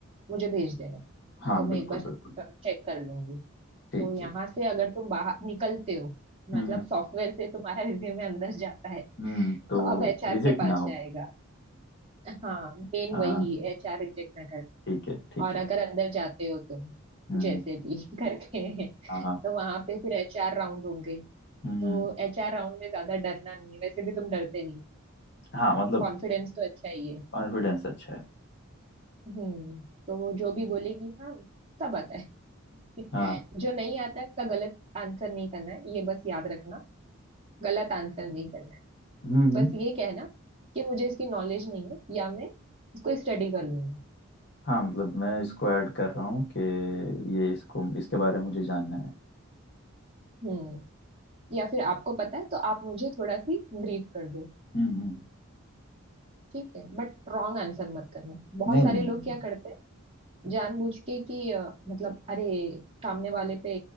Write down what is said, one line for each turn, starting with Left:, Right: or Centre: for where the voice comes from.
Right: मुझे भेज देना
Left: हाँ
Right: तो
Left: बिल्कुल
Right: मैं एक बार
Left: बिल्कुल
Right: चेक कर लूंगी
Left: ठीक
Right: तो यहाँ
Left: है
Right: से अगर तुम बाहर निकलते हो मतलब
Left: हम्म
Right: सॉफ्टवेयर से तुम्हारा रिज्यूमे अंदर जाता है
Left: हम्म हम्म, तो
Right: तो अब एचआर
Left: रिजेक्ट
Right: के पास
Left: ना हो
Right: जाएगा हाँ मेन
Left: <laughs> हाँ
Right: वही एचआर रिजेक्ट ना
Left: ठीक है ठीक
Right: और
Left: है
Right: अगर अंदर जाते हो तुम
Left: हम्म
Right: जैसे भी <laughs> करके
Left: हाँ हाँ
Right: तो वहां पे फिर एचआर राउंड होंगे
Left: हम्म
Right: तो एचआर राउंड में ज्यादा डरना नहीं है वैसे भी तुम डरते नहीं
Left: हाँ मतलब
Right: कॉन्फिडेंस तो अच्छा ही है
Left: कॉन्फिडेंस अच्छा है
Right: हम्म तो वो जो भी बोलेगी हाँ सब आता है <laughs>
Left: हाँ
Right: जो नहीं आता है उसका गलत आंसर नहीं करना है ये बस याद रखना गलत आंसर नहीं करना है
Left: हम्म हम्म
Right: बस ये कहना कि मुझे इसकी नॉलेज नहीं है या मैं इसको स्टडी कर लूंगा
Left: हाँ मतलब मैं इसको ऐड कर रहा हूँ कि ये इसको इसके बारे में मुझे जानना है
Right: हम्म या फिर आपको पता है तो आप मुझे थोड़ा सी ब्रीफ कर दो
Left: हम्म हम्म। हम्म।
Right: ठीक है बट रॉन्ग आंसर मत करना बहुत
Left: नहीं
Right: सारे
Left: नहीं नहीं
Right: लोग क्या करते हैं जानबूझ के कि अ, मतलब अरे सामने वाले पे